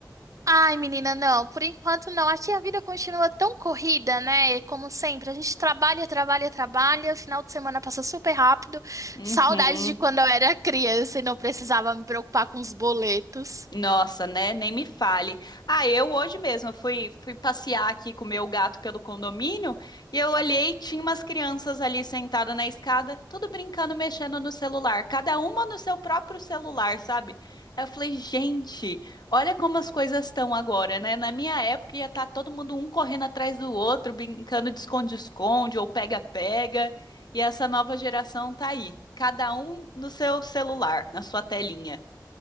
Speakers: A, on the right; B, on the left.
A: Ai, menina, não, por enquanto não. Aqui a vida continua tão corrida, né? Como sempre, a gente trabalha, trabalha, trabalha, o final de semana passa super rápido.
B: Uhum.
A: Saudades de quando eu era criança e não precisava me preocupar com os boletos.
B: Nossa, né? Nem me fale. Ah, eu hoje mesmo eu fui, fui passear aqui com o meu gato pelo condomínio e eu olhei, tinha umas crianças ali sentadas na escada, tudo brincando, mexendo no celular, cada uma no seu próprio celular, sabe? Aí eu falei, gente, olha como as coisas estão agora, né? Na minha época ia estar todo mundo um correndo atrás do outro, brincando de esconde-esconde ou pega-pega, e essa nova geração tá aí, cada um no seu celular, na sua telinha.